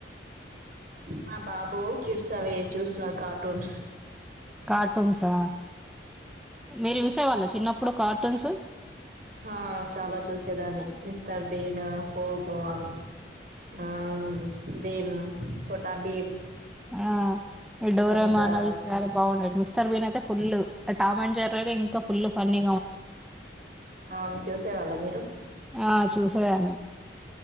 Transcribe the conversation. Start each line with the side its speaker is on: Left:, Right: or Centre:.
Right: మా బాబు కిడ్స్ అవి చూస్తున్నాడు కార్టూన్స్
Centre: కార్టూన్స్ఆ మీరు చూసేవాళ్ళ చిన్నప్పుడు కార్టూన్స్
Right: ఆ చాలా చూసేదాన్ని మిస్టర్ బీన్ పోగొ అవి ఆ భీమ్ చోటా భీమ్
Centre: ఆ ఈ డోరేమాన్
Right: ఇంకా
Centre: అవి చాలా బాగుండేటివి మిస్టర్ భీమైతే ఫుల్లు ఆ టామ్ అండ్ జెర్రీ అయితే ఇంకా ఫుల్ ఫన్నీ
Right: ఆ మీ చూసేవాళ్ళ మీరు
Centre: ఆ చూసేదాన్ని